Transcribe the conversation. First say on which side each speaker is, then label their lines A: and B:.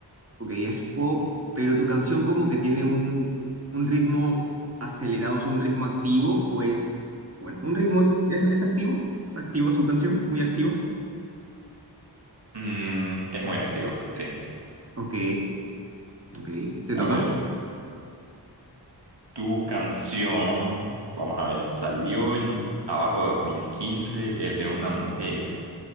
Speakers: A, on the right; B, on the right.
A: Ok, es pop, pero tu canción como que tiene un, un ritmo acelerado, es un ritmo activo o es, bueno, un ritmo, ¿es, es activo? ¿Es activa su canción? ¿Muy activa?
B: Mm, es muy activo. Sí.
A: Ok, ok, te toca.
B: Ok. Tu canción, vamos a ver, salió en do- abajo de 2015, es de una mujer.